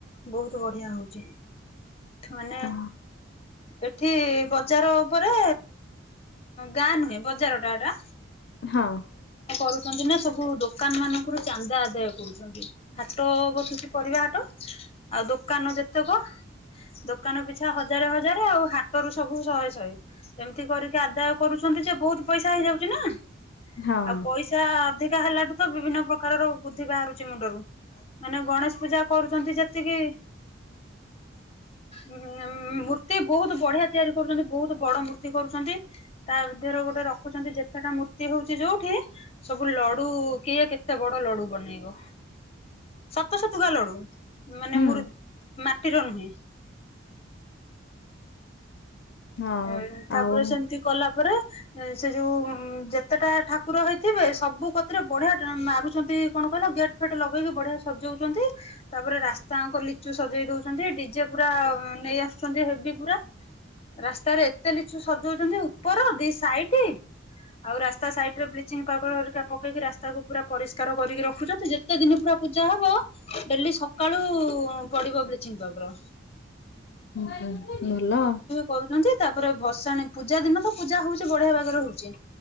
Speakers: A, on the left; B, on the left.
A: ବହୁତ ବଢିଆ ହଉଛି ମାନେ
B: ହଁ
A: ଏଠି ବଜାର ଉପରେ ଗାଁ ନୁହେଁ ବଜାର ଟା ଏଟା
B: ହଁ
A: ସେ କରୁଛନ୍ତି ନା ସବୁ ଦୋକାନ ମାନଙ୍କରୁ ଚାନ୍ଦା ଆଦାୟ କରୁଛନ୍ତି। ହାଟ ବସୁଛି ପରିବା ହାଟ ଆଉ ଦୋକାନ ଯେତେକ ଦୋକାନ ପିଛା ହଜାରେ ହଜାର ଆଉ ହାଟରୁ ସବୁ ଶହେ ଶହେ ଏମିତି କରିକି ଆଦାୟ କରୁଛନ୍ତି। ଯେ ବହୁତ ପଇସା ହେଇଯାଉଛି ନା
B: ହଁ
A: ଆଉ ପଇସା ଅଧିକ ଶା ହେଲାଠୁ ତ ବିଭିନ୍ନ ପ୍ରକାରର ବୁଦ୍ଧି ବାହାରୁଛି ମୁଣ୍ଡରୁ ମାନେ ଗଣେଶ ପୂଜା କରୁଛନ୍ତି ଯେତିକି <inaudible> ମୂର୍ତ୍ତି ବହୁତ ବଢିଆ ତିଆରି କରୁଛନ୍ତି ବହୁତ ବଡ ମୂର୍ତ୍ତି କରୁଛନ୍ତି। ତା ଦିହରୁ ଗୋଟେ ରଖୁଛନ୍ତି ଯେତେଟା ମୂର୍ତ୍ତି ହଉଛି ଯୋଉ ହଁ। ସବୁ ଲଡୁ କିଏ କେତେ ବଡ ଲଡୁ ବନେଇବ। ସତ ସତୁକା ଲଡୁ ମାନେ
B: ହୁଁ
A: ମୋର ମାଟିର ନୁହେଁ
B: ହଁ
A: ହ ତାପରେ
B: ଆଉ
A: ସେମିତି କଲା ପରେ ସେ ଯୋଉ ଯେତେଟା ଠାକୁର ହେଇଥିବେ ସବୁ କତିରେ ବଢିଆ ମାରୁଛନ୍ତି। କଣ କହିଲ ଗେଟ ଫେଟ ଲଗେଇକି ବଢିଆ ସଜଉଛନ୍ତି। ତାପରେ ରାସ୍ତାଙ୍କ ଲିଚୁ ସଜେଇ ଦଉଛନ୍ତି ଡିଜେ ପୁରା ନେଇ ଆସୁଛନ୍ତି ହେଭି ପୁରା। ରାସ୍ତରେ ଏତେ ଲିଚୁ ସଜୁଉ ଉପର ଦି ସାଇଟ ଆଉ ରାସ୍ତା ସାଇଡ ରେ ବ୍ଲିଚିଂ ପାଉଡର ହରିକା ପକେଇକି ରାସ୍ ତାକୁ ପୁରା ପରିଷ୍କାର କରିକି ରଖୁଛ ଯେତେ ଦିନ ପୁରା ପୂଜା ହବ ଡେଲି ସକାଳୁ ପଡିବ ବ୍ଲିଚିଂ ପାର
B: ହଁ ହଲ।
A: କରୁଛନ୍ତି ତାପରେ ଭସାଣୀ ପୂଜା ଦିନ ତ ପୂଜା ହଉଛି ବଢିଆ ଭାଗରେ ହଉଛି